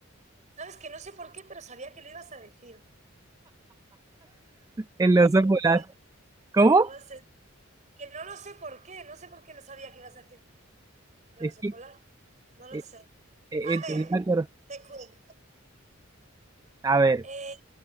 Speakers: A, on the right (about 35°); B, on the right (about 15°).
A: Sabes que no sé por qué, pero sabía que lo ibas a decir.
B: el
A: No sé
B: oso
A: por
B: polar.
A: qué,
B: ¿Cómo?
A: no lo sé. Que no lo sé por qué, no sé por qué lo sabía que ibas a decir. el
B: Es
A: oso
B: que,
A: polar. No lo
B: eh,
A: sé.
B: eh,
A: A ver,
B: eh, me acuerdo.
A: te cuento.
B: A ver,
A: Eh,